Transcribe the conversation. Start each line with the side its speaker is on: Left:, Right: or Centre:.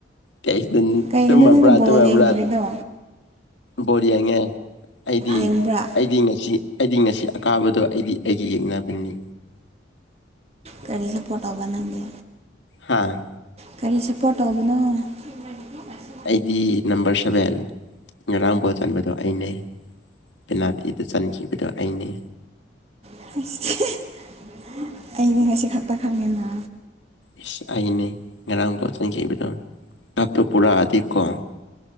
Left: ꯀꯩ
Right: ꯀꯩꯒꯤꯅꯣ
Left: ꯇꯨꯝꯃꯕ꯭ꯔꯥ
Right: ꯅꯪꯗꯤ ꯕꯣꯜ
Left: ꯇꯨꯝꯃꯕ꯭ꯔꯥ꯫
Right: ꯌꯦꯡꯗꯕꯤꯗꯣ
Left: ꯕꯣꯔ ꯌꯥꯡꯉꯦ ꯑꯩꯗꯤ
Right: ꯌꯦꯡꯕ꯭ꯔꯥ
Left: ꯑꯩꯗꯤ ꯉꯁꯤ꯫ ꯑꯩꯗꯤ ꯉꯁꯤ ꯑꯀꯥꯕꯗꯣ ꯑꯩꯗꯤ ꯑꯩꯒꯤ ꯌꯦꯛꯅꯕꯅꯦ꯫
Right: ꯀꯔꯤ ꯁꯄꯣꯠ ꯇꯧꯕ ꯅꯪꯗꯤ꯫
Left: ꯍꯥꯥ꯫
Right: ꯀꯔꯤ ꯁꯥꯄꯣꯔꯠ ꯇꯧꯕꯅꯣ꯫ ꯁꯤ <unintelligible> <inaudible>
Left: ꯑꯩꯗꯤ ꯅꯝꯕꯔ ꯁꯚꯦꯟ ꯉꯔꯥꯡ ꯕꯣꯜ ꯆꯟꯕꯗꯣ ꯑꯩꯅꯦ꯫ ꯄꯦꯅꯥꯇꯤꯗ ꯆꯟꯈꯤꯕꯗꯣ ꯑꯩꯅꯦ꯫
Right: <unintelligible> <inaudible> ꯑꯩꯗꯤ ꯉꯁꯤ ꯈꯛꯇ ꯈꯪꯉꯦꯅ꯫
Left: ꯏꯁ ꯑꯩꯅꯦ ꯉꯔꯥꯡ ꯕꯣꯜ ꯆꯪꯈꯤꯕꯗꯣ ꯀꯞꯇꯣ ꯄꯨꯔꯛꯑꯗꯤ ꯀꯣ꯫